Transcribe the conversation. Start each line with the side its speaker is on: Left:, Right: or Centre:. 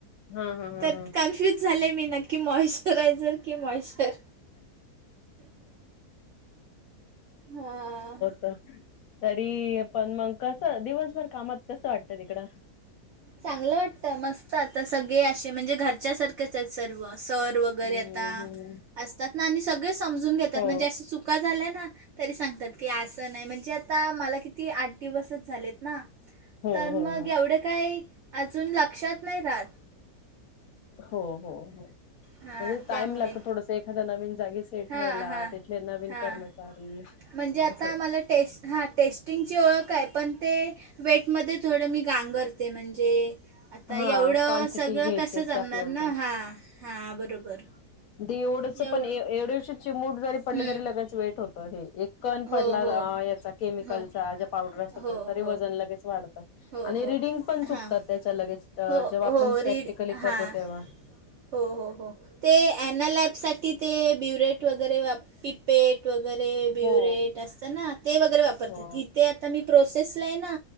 Left: हा हा हा
Right: तर
Left: हा
Right: कन्फ्युज झाले मी नक्की मॉइश्चरायझर की मॉइश्चर हा.
Left: क तरी पण मंग कसं दिवसभर कामात कसं वाटतं तिकडं?
Right: चांगलं वाटतं मस्त आता सगळे अशे म्हणजे घरच्या सारखेच आहे सर्व सर र वगैरे
Left: हम्म
Right: आता
Left: हम्म
Right: असतात ना आणि सगळे समजून घेत्यात
Left: हो
Right: म्हणजे अशी चुका झाल्या ना तरी सांगतात की असं नाही म्हणजे आता मला किती आठ दिवसच झालेत ना
Left: हो
Right: तर
Left: हो
Right: मग
Left: हो
Right: एवढे काही अजून लक्षात नाही राहत.
Left: हो हो हो
Right: हां
Left: म्हणजे टाईम
Right: त्यामुळे
Left: लागतो थोडस एखाद्या नवीन जागीस सेट
Right: हां
Left: व्हायला
Right: हां
Left: तिथले नवीन
Right: हां
Left: कर्मचारी
Right: म्हणजे आता
Left: असं
Right: आम्हाला टेस्ट हां टेस्टिंगची ओळख आहे पण ते वेटमध्ये थोडं मी गांगरते म्हणजे आता एवढं
Left: हा क्वांटिटी
Right: सगळं
Left: घ्यायची
Right: कसं
Left: असते
Right: जमणार
Left: आपल्याला
Right: ना
Left: ती
Right: हा हा बरोबर.
Left: दे एवढंस
Right: एवढं
Left: पण एव एवढशी चिमूट जरी पडली
Right: हं,
Left: तरी लगेच वेट होतं हे एक कण
Right: हो
Left: पडला
Right: हो
Left: अ याचा केमिकलचा
Right: हो
Left: ज्या पावडर असतो
Right: हो
Left: त्याजा तरी
Right: हो
Left: वजन लगेच वाढ आणि
Right: हो हो
Left: रीडिंग पण चुकतात.
Right: हां
Left: त्याच्या लगेच अ
Right: हो
Left: जेव्हा आपण
Right: हो रीड
Left: प्रॅक्टिकली करतो
Right: हां
Left: तेव्हा
Right: हो हो हो, ते ॲनलॅब साठी ते ब्युरेट वगैरे वाप पिपेट वगैरे ब्युरेट
Left: हो
Right: असतं ना ते वगैरे वापरतात.
Left: हो
Right: इथे आता मी प्रोसेस ला ये ना,